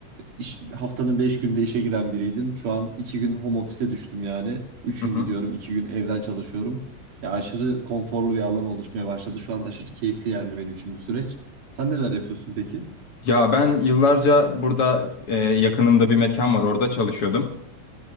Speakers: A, on the right; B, on the left.
A: iş, haftanın 5 günde işe giden biriydim. Şu an 2 gün home office'e düştüm yani. Üç
B: Hı
A: gün
B: hı.
A: gidiyorum, 2 gün evden çalışıyorum. Ya aşırı konforlu bir alan oluşmaya başladı. Şu an aşırı keyifli yani benim için bu süreç. Sen neler yapıyorsun peki?
B: Ya ben yıllarca burada e, yakınımda bir mekan var. Orada çalışıyordum.